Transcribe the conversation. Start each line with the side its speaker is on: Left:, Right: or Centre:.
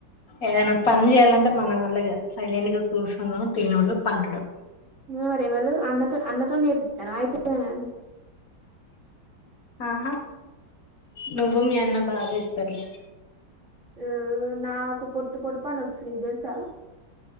Left: ఏదైనా పని చేయాలంటే మన వల్లగాద్ సైలెంట్ గా కూర్చునుడు తినుడు పండుడు
Right: మరి ఎవలు అన్నతో అన్నతోని చేపిస్తాన్నవ అయితేగాని
Left: ఆహా నువ్వు మీయన్నా బాగ చేత్తరు లే
Right: ఊమ్ నాకు పొట్టు పొట్టు పనొచ్చు నీకు తెలుసా